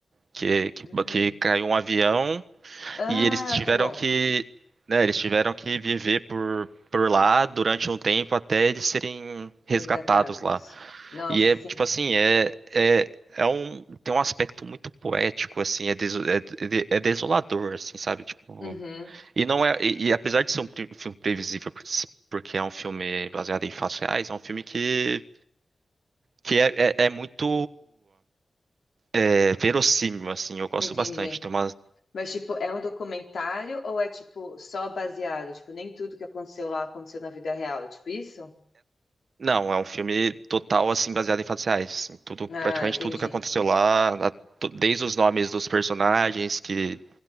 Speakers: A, on the right; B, on the left.
A: Que, que,
B: Ai.
A: que caiu um avião
B: Ah,
A: e eles tiveram
B: tá bom.
A: que, né, eles tiveram que viver por, por lá durante um tempo até eles serem resgatados
B: Resgatados.
A: lá.
B: Nossa,
A: E é,
B: sim.
A: tipo assim, é, é, é um, tem um aspecto muito poético, assim, é, deso- é, é de- é desolador, assim, sabe? Tipo,
B: Uhum,
A: e não é, e, e apesar de ser um pre- filme previsível, por- porque é um filme baseado em fatos reais, é um filme que, que é, é, é muito é, verossímil, assim, eu gosto
B: entendi.
A: bastante. Tem uma,
B: Mas, tipo, é um documentário ou é, tipo, só baseado? Tipo, nem tudo que aconteceu lá aconteceu na vida real. É tipo isso?
A: não, é um filme total, assim, baseado em fatos reais, assim, tudo,
B: Ah,
A: praticamente
B: entendi.
A: tudo que aconteceu lá, na- to- desde os nomes dos personagens, que